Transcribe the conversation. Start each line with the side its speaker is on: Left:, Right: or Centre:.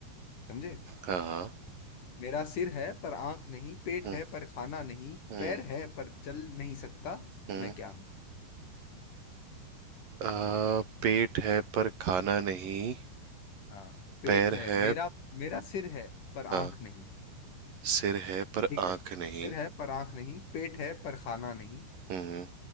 Left: समझे
Right: हाँ हाँ
Left: मेरा सिर है पर आंख नहीं पेट
Right: हम्म
Left: है पर खाना नहीं
Right: हम्म
Left: पैर है पर चल नहीं सकता
Right: हम्म।
Left: मैं क्या हूँ
Right: आ, पेट है पर खाना नहीं
Left: हाँ पेट
Right: पैर
Left: है
Right: है
Left: मेरा मेरा सिर है पर आंख
Right: हाँ
Left: नहीं
Right: सिर है पर
Left: ठीक
Right: आंख
Left: है
Right: नहीं
Left: सिर है पर आंख नहीं पेट है पर खाना नहीं
Right: हम्म